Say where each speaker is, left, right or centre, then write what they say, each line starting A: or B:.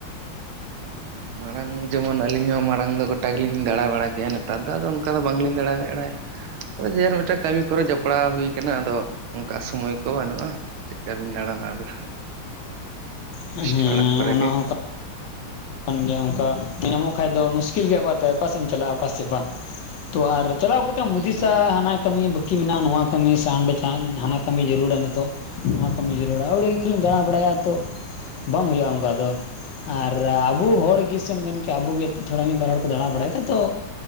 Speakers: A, on the right; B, on the left.
A: ᱢᱟᱲᱟᱝ ᱡᱮᱢᱚᱱ ᱟᱹᱞᱤᱧ ᱦᱚᱸ ᱢᱟᱲᱟᱝ ᱫᱚ ᱜᱚᱴᱟ ᱜᱮᱞᱤᱧ ᱫᱟᱬᱟ ᱵᱟᱲᱟ ᱠᱮᱭᱟ ᱱᱮᱛᱟᱨ ᱫᱚ ᱟᱫᱚ ᱚᱱᱠᱟ ᱫᱚ ᱵᱟᱝᱞᱤᱧ ᱫᱟᱬᱟ ᱵᱟᱲᱟᱭᱟ ᱚ ᱡᱮ ᱟᱨ ᱢᱤᱫᱴᱟᱝ ᱠᱟᱹᱢᱤ ᱠᱚᱨᱮ ᱡᱚᱯᱲᱟᱣ ᱦᱩᱭ ᱠᱟᱱᱟ ᱟᱫᱚ ᱚᱱᱠᱟ ᱥᱚᱢᱚᱭ ᱠᱚ ᱵᱟᱹᱱᱩᱜᱼᱟ᱾ ᱪᱮᱞᱠᱟ ᱵᱤᱱ ᱫᱟᱬᱟᱱᱟ ᱟᱫᱚ ᱡᱟᱥᱴ
B: ᱦᱮᱸ
A: ᱚᱲᱟᱜ ᱠᱚᱨᱮ
B: ᱚᱱᱟ
A: ᱜᱮ
B: ᱦᱚᱸ ᱠᱟᱱ ᱜᱮᱭᱟ ᱚᱱᱠᱟ ᱧᱟᱢᱚᱜ ᱠᱷᱟᱡ ᱫᱚ ᱢᱩᱥᱠᱤᱞ ᱜᱮᱭᱟ ᱛᱚ ᱚᱠᱟᱥᱮᱫ ᱮᱢ ᱪᱟᱞᱟᱜᱼᱟ ᱚᱠᱟᱥᱮᱫ ᱵᱟᱝ ᱛᱚ ᱟᱨ ᱪᱟᱞᱟᱣ ᱠᱟᱛᱮᱢ
A: ᱦᱩᱸ
B: ᱦᱩᱫᱤᱥᱟ
A: ᱦᱩᱸ ᱦᱩᱸ
B: ᱦᱟᱱᱟ ᱠᱟᱹᱢᱤ ᱵᱟᱹᱠᱤ ᱢᱮᱱᱟᱜᱼᱟ ᱱᱚᱣᱟ ᱠᱟᱹᱢᱤ <unintelligible> ᱫᱷᱟᱱᱟ ᱠᱟᱹᱢᱤ ᱡᱟᱹᱨᱩᱲᱟ ᱱᱤᱛᱚᱜ ᱱᱚᱣᱟ ᱠᱟᱹᱢᱤ ᱡᱟᱹᱨᱩᱲᱟ ᱟᱹᱣᱲᱤ ᱛᱤᱱᱟᱹᱜ ᱮᱢ ᱫᱟᱬᱟ ᱵᱟᱲᱟᱭᱟ ᱛᱚ ᱵᱟᱝ ᱦᱩᱭᱩᱜᱼᱟ ᱚᱱᱠᱟ ᱫᱚ ᱟᱨ ᱨᱮ ᱟᱵᱚ ᱦᱚᱲ ᱜᱮ ᱥᱮᱢ ᱢᱮᱱ ᱠᱮᱭᱟ ᱟᱵᱚ ᱜᱮ ᱛᱷᱚᱲᱟ ᱢᱤᱫ ᱵᱟᱨ ᱦᱚᱲ ᱠᱚ ᱫᱟᱬᱟ ᱵᱟᱲᱟᱭ ᱠᱷᱟᱭ ᱛᱚ